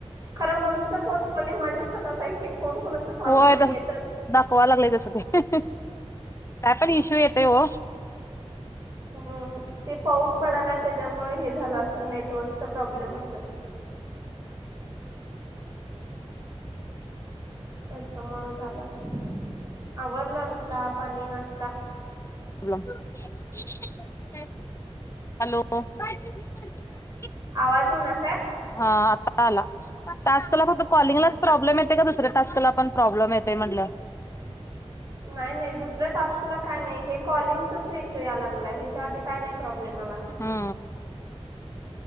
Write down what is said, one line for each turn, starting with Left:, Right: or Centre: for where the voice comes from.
Right: खरं मम्मीचा फोन दोणी माझ्याच हातात आहे. की फोन कोणाच चालूच
Left: होय
Right: नाहीये
Left: त
Right: तर
Left: दकवा लागलाय तस ते का पण इशू येत. तेव.
Right: हम्म ते पाऊस पडाला त्याच्यामुळे हे झालं असेल नेटवर्क. प्रॉब्लेम असल. त्याच्यामुळं झालं अस. आवर ना चहा पाणी नाशता.
Left: हॅलो.
Right: आवाज इना.
Left: हा आता आला आजकाला फक्त कॉलिंगलाच
Right: हो हो.
Left: प्रॉब्लेम येते का दुसऱ्या टास्क ला पण प्रॉब्लेम येतय म्हटलं.
Right: नाही नाही दुसऱ्या टास्कला काय नाही हे कॉलिंगचच इशू या लागलाय ह्याच्या आधी काय नाही. प्रॉब्लेम आला
Left: हा.